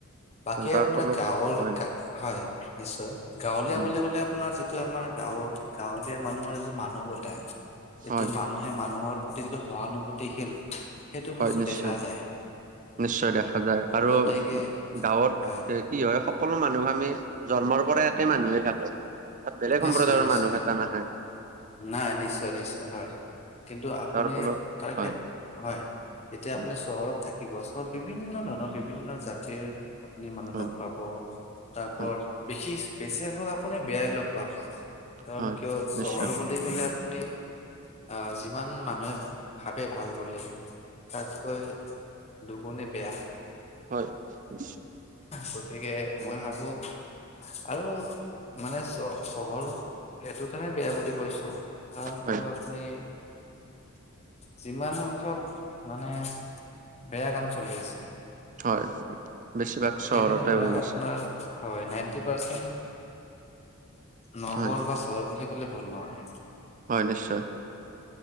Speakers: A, on the left (about 30°); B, on the right (about 35°).
A: বাকী
B: আৰু তাৰ
A: আপোনাৰ
B: ফলত
A: গাঁৱৰ-
B: হয়
A: হয়, নিশ্চয়। গাঁৱলীয়া
B: উম
A: বুলি কলে আপোনাৰ টো আমাৰ গাঁৱত গাঁৱলীয়া মানুহৰ যিটো মানৱতা,
B: হয়
A: এইটো মান সেই মানুহৰ প্ৰতি যিটো সহানুভূতিশীল, সেইটো
B: হয়
A: বস্তু
B: নিশ্চয়
A: দেখা যায়।
B: নিশ্চয় দেখা যায়। আৰু
A: গতিকে
B: গাঁৱত
A: হয়
B: কি হয়, সকলো মানুহ আমি জন্মৰ পৰা একে মানুহে থাকোঁ। তাত বেলেগ সম্প্ৰদায়ৰ
A: নিশ্চয় নিশ্চয়
B: মানুহ <unintelligible>
A: নাই, নিশ্চয় - নিশ্চয় হয়। কিন্তু আপুনি
B: তাৰ ফলত
A: তাৰ
B: হয়
A: ক্ষে হয়। এতিয়া
B: উম
A: আপুনি চহৰত থাকিব, চহৰত বিভিন্ন ধৰণৰ বিভিন্ন জাতিৰ আপুনি মানুহ
B: হয়
A: লগ পাব। তাৰপৰত
B: হয়
A: বেশি- বেছি সংখ্যক আপুনি বেয়াই লগ পাব। কাৰণ
B: হয়
A: কিয়
B: নিশ্চয়
A: লে আপুনি অ'- যিমান মানুহে ভাবে ভাল বুলি, তাতকৈ দুগুণে বেয়া।
B: হয়, নিশ্চয়।
A: গতিকে মই ভাবোঁ। আৰু মানে চ- চহৰ এইটো কাৰণে বেয়া বুলি কৈছোঁ, কাৰণ
B: হয়
A: কিয় আপুনি
B: <inaudible>
A: যিমান সংখ্যক মানে বেয়া কাম চলি আছে
B: হয় বেছিভাগ
A: গোটেইখিনি
B: চহৰতে
A: ধৰক
B: হৈ
A: আপোনাৰ,
B: আছে
A: হয় নাইনটি পাৰ্চেন্ট নগৰ
B: হয়
A: বা চহৰ বুলি ক'লে ভুল নহয়।
B: হয়, নিশ্চয়।